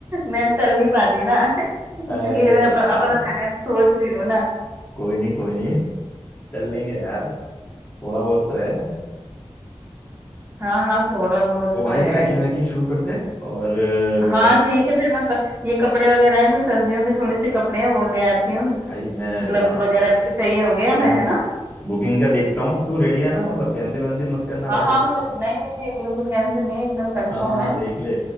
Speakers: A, on the right; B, on the left.
A: मैं चल नहीं पाती ना <laughs> इसलिए
B: अरे
A: मैं अप, अपना
B: यार
A: पहले सोच रही हूँ ना
B: कोई नहीं कोई नहीं चल लेंगे यार थोड़ा बहुत तो है
A: हाँ हाँ थोड़ा बहुत
B: तो भाई
A: तो है
B: पैकिंग वैकिंग शुरू कर दे और अ, मैं
A: हाँ ठीक है फिर मैं क... ये कपड़े वगैरह है जो सर्दियों के थोड़े से कपड़े हैं वो ले आती हूँ
B: भाई मैं
A: ग्लव्स
B: जा रहा
A: वगैरह
B: हूँ
A: भी तो चाहिए होंगे हमें
B: मैं
A: है ना
B: बुकिंग का देखता हूँ तू रेडी है ना मतलब कैंसिल वैंसिल मत करना भाई
A: हाँ हाँ
B: देख
A: मैं- नहीं नहीं नहीं बिल्कुल कैंसिल नहीं है एकदम कंफर्म
B: हाँ
A: है
B: देख ले